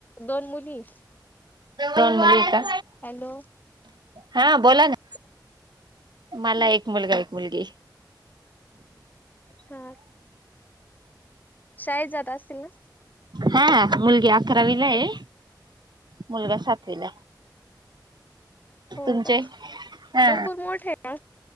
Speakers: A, on the left (about 25°); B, on the right (about 70°).
A: दोन मुली.
B: दोन मुल का
A: हॅलो
B: हा बोला ना. मला एक मुलगा एक मुलगी.
A: हा शाळेत जात असतील ना.
B: हा मुलगी अकरावीलाय आहे मुलगा सातवीलाय.
A: हो
B: तुमचे
A: का
B: हा
A: भरपूर मोठे ना.